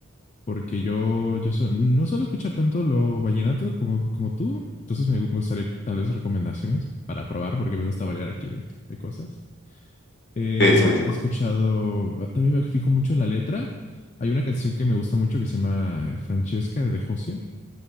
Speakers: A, on the left; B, on the left.
A: porque yo, yo so- no suelo escuchar tanto lo vallenato como, como tú, entonces me gustaría tal vez recomendaciones para probar, porque me gusta variar aquí de, de cosas. Eh,
B: Sí, sí, sí.
A: he escuchado, también me fijo mucho en la letra. Hay una canción que me gusta mucho que se llama eh, Francesca de Hozier